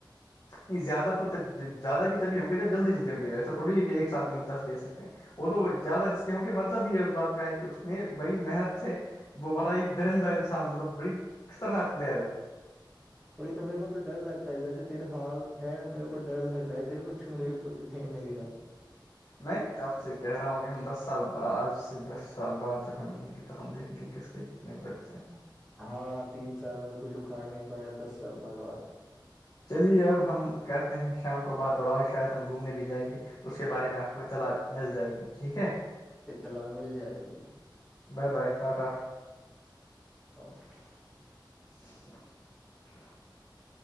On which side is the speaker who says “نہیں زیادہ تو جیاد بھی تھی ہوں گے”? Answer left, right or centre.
Left